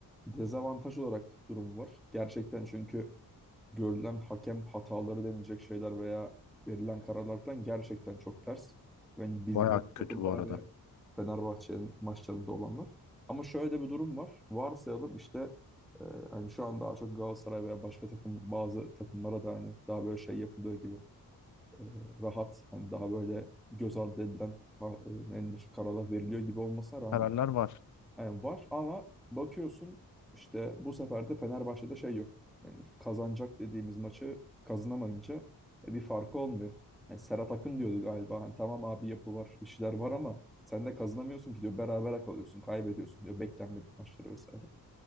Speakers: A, in the centre; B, on the left.
A: dezavantaj olarak durumu var. Gerçekten çünkü görülen hakem hataları denilecek şeyler veya verilen kararlar falan gerçekten çok ters. Yani biz
B: Bayağı
A: belli
B: kötü
A: takımlara
B: bu arada.
A: ve Fenerbahçe'nin maçlarında olanlar. Ama şöyle bir durum var. Varsayalım işte e, hani şu an daha çok Galatasaray veya başka takım bazı takımlara da hani daha böyle şey yapılıyor gibi e, rahat hani daha böyle göz ardı edilen ha, e, ne denir, kararlar veriliyor gibi olmasına rağmen
B: Kararlar var.
A: yani var ama bakıyorsun işte bu sefer de Fenerbahçe'de şey yok. Ne denir, kazanacak dediğimiz maçı kazanamayınca e, bir farkı olmuyor. Yani Serhat Akın diyordu galiba. Hani tamam abi yapı var, bir şeyler var ama sen de kazanamıyorsun ki diyor. Berabere kalıyorsun, kaybediyorsun diyor. Beklenmedik maçları vesaire.